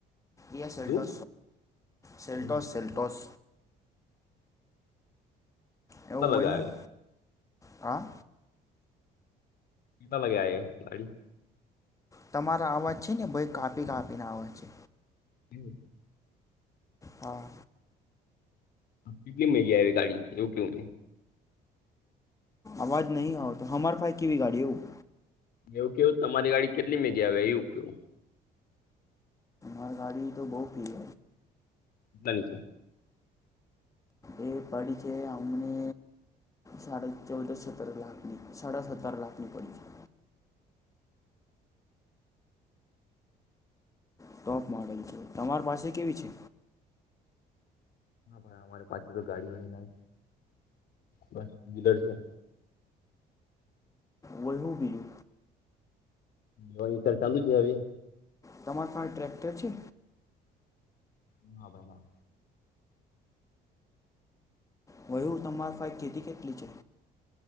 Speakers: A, on the left; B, on the left.
A: યા સેલો
B: તું
A: સેલો
B: હમ
A: સેલટોસ.
B: કેટલા
A: એવું હોય
B: બગા.
A: હું હા.
B: પીતા લગ્યા એ ગાડી.
A: તમારા અવાજ છે ને ભાઈ કાપી કાપીને અવાજ છે.
B: હમ.
A: હા
B: કેટલી મેગી આવી ગાડી એવું કેવું.
A: અવાજ નહી આવતો હમાર પાાઈ કેવી ગાડી હું.
B: એવું કેવું તમારી ગાડી કેટલી મેગી આવે એવું કેું.
A: અરી ગાડી તો બહ ફી.
B: બની છે.
A: એ પડી છે અમને સાડા ચૌદ સત્તર લાખની સાડા સત્તર લાખ ની પડી છે. ટોપ મોડલ છે તમાર પાસે કેવી છે.
B: હા ભ અમારે પાછું તો ગાડીઓડી ના. બસ. બીદળ છે.
A: વહું બી.
B: હ વહી. લ ચાલુ છે હવે.
A: તમાર ખાસ ટ્રેક્ટર છે.
B: ના ભાઈ ના.
A: હય હ તમારે ફાઈ ખેતી કેતી. ટ છે.